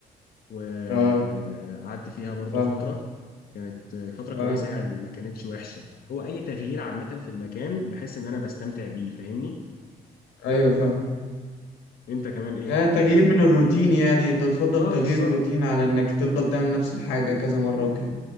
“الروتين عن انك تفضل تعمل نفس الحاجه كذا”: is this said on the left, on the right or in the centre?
Left